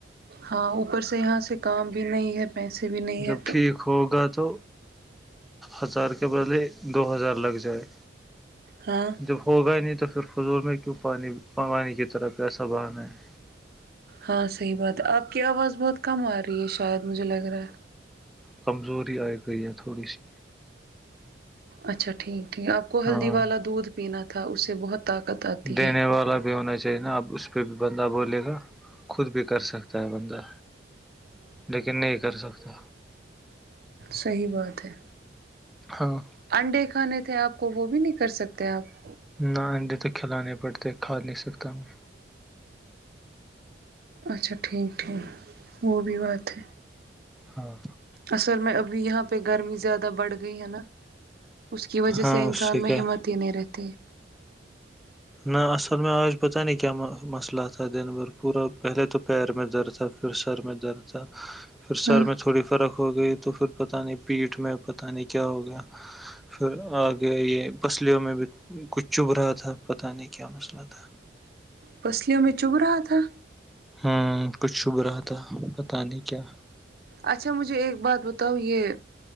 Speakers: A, on the right; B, in the centre.
A: ہاں اوپر سے یہاں سے کام بھی نہیں ہے پیسے بھی نہیں
B: جب
A: ہے تو
B: ٹھیک ہوگا تو ہزار کے بدلے دو ہزار لگ جائے
A: ہاں
B: جب ہوگا نہیں تو پھر فضول میں کیوں پانی پانی کی طرح پیسا بہانا ہے
A: ہاں صحیح بات ہے آپ کی آواز بہت کم آ رہی ہے شاید مجھے لگ رہا ہے
B: کمزوری آئے گئی ہے تھوڑی سی
A: اچھا ٹھیک ٹھیک آپ کو ہلدی
B: ہاں
A: والا دودھ پینا تھا اس سے بہت طاقت آتی
B: دینے
A: ہے
B: والا بھی ہونا چاہیے نا اب اس پہ بھی بندہ بولے گا خود بھی کر سکتا ہے بندہ لیکن نہیں کر سکتا
A: صحی بات ہے
B: ہاں
A: انڈے کا کھانے تھے آپ کو وہ بھی نہیں کر سکتے آپ
B: نہ انڈے تو کھلانے پڑتے کھا نہیں سکتا میں
A: اچھا ٹھیک ٹھیک وہ بھی بات ہے
B: ہاں
A: اصل میں ابھی یہاں پہ گرمی زیادہ بڑھ گئی ہے نا اس کی وجہ
B: ہاں
A: سے انسان
B: اس کیا
A: میں ہمت ہی نہیں رہتی
B: نہ اصل میں آج پتاہ نہیں کیا مسئلہ تھا دن بھر پورا پہلے تو پیر میں درد تھا پھر سر میں درد تھا پھر سر
A: ہاں
B: میں تھوڑی فرق ہو گئی تو پھر پتاہ نہیں پیٹ میں پتا نہیں کیا ہو گیا پھر آگے یہ پسلیوں میں بھی کچھ چب رہا تھا پتہ نہیں کیا مسئلہ تھا
A: پسلیوں میں چبھ رہا تھا
B: ہ کچھ چھبھ رہا تھا پتاہ نہیں کیا
A: اچھا مجھے ایک بات بتاؤ یہ